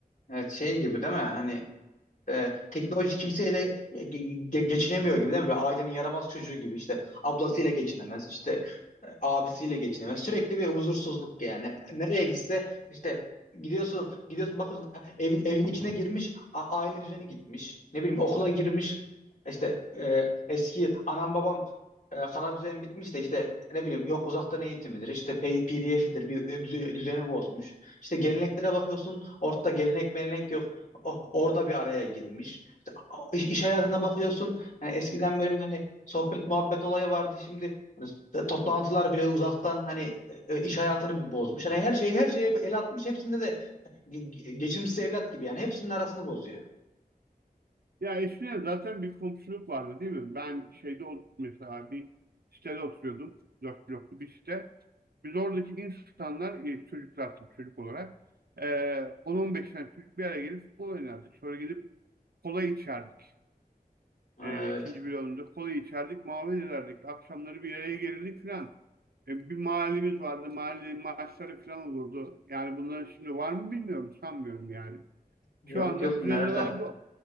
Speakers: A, on the left (about 55°); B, on the right (about 80°).
A: evet, şey gibi değil mi? Hani e, teknoloji kimseyle ge- ge- geçinemiyor gibi değil mi? Böyle ailenin yaramaz çocuğu gibi işte ablasıyla geçinemez, işte e, abisiyle geçinemez. Sürekli bir huzursuzluk yani. Nereye gitse işte gidiyorsun gidiyorsun bakıyorsun e, evin evin içine girmiş a- aile düzeni gitmiş. Ne bileyim okula girmiş işte e, eski anam babam e, kara düzen bitmiş de işte ne bileyim yok uzaktan eğitimidir işte PDF'idir bir e, düze- düzeni bozmuş. İşte geleneklere bakıyorsun ortada gelenek melenek yok o, orada bir araya girmiş. İşte, o- iş, iş hayatına bakıyorsun. hani eskiden böyle bir hani sohbet muhabbet olayı vardı. Şimdi hani t- toplantılar bile uzaktan hani e, e, iş hayatını bir bozmuş. Hani her şeyi her şeye bir el atmış. Hepsinde de ge- ge- geçimsiz evlat gibi yani hepsinin arasını bozuyor.
B: Ya eskiden zaten bir komşuluk vardı değil mi? Ben şeyde ot- mesela bir sitede oturuyordum. Dört bloklu bir site. Biz oradaki insanlar, e, çocuklar tabii çocuk olarak e, 10-15 tane çocuk bir araya gelip futbol oynardık. Sonra gidip kola içerdik.
A: Ha,
B: E,
A: evet.
B: ikinci bloğunda kola içerdik, muhabbet ederdik. Akşamları bir araya gelirdik filan. E, bir mahallemiz vardı, mahallenin maçları filan olurdu. Yani bunların şimdi var mı bilmiyorum, sanmıyorum yani.
A: Yok
B: Şu anda
A: yok
B: plazalarda
A: nerede?